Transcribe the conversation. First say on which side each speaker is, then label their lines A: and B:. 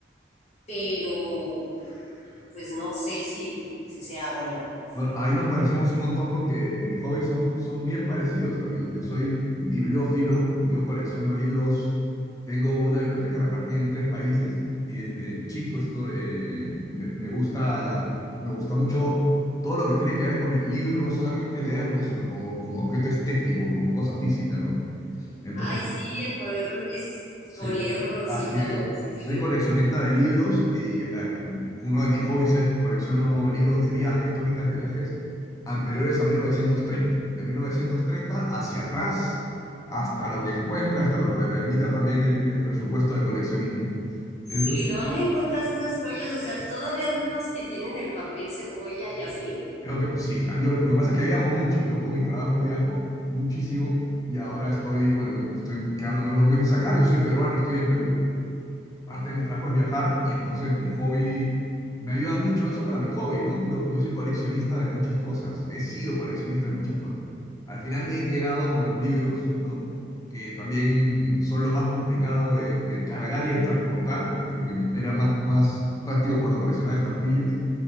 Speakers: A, on the left; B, on the left.
A: pero pues no sé si, si sea buena o no.
B: Bueno, ahí nos parecemos un montón porque mis hobbies son, son bien parecidos también. Yo soy bibliófilo, yo colecciono libros, tengo una biblioteca repartida en tres países y desde chico esto eh, me, me gusta, me gusta mucho todo lo que tiene que ver con el libro, no solamente leerlo, sino como, como objeto estético, como cosa física, ¿no? Entonces,
A: Ay, sí, el poder es
B: Sí,
A: olerlos
B: así
A: y todo.
B: es.
A: Sí, sí,
B: Soy
A: sí.
B: coleccionista de libros y eh, uno de mis hobbies es colecciono libros de viajes, crónicas de viajes anteriores a 1930. De 1930 hacia atrás, hasta lo que encuentre, hasta lo que me permita también el, el presupuesto de coleccionismo. Es-
A: ¿Y dónde encuentras esas joyas? O sea, todavía los que tienen el papel cebolla y así.
B: creo que, sí, claro. Yo, lo que pasa es que viajo mucho. Yo por mi trabajo viajo muchísimo y ahora estoy, bueno, estoy quedándome unos meses acá. Yo soy peruano, estoy en Perú. parte de mi trabajo es viajar y entonces mi hobby, me ayuda mucho eso para mi hobby, ¿no? Yo, yo soy coleccionista de muchas cosas, he sido coleccionista de muchas cosas. Al final me he quedado con los libros, ¿no? Que también son lo más complicado de, de cargar y de transportar. Era más, más práctico cuando coleccionaba estampillas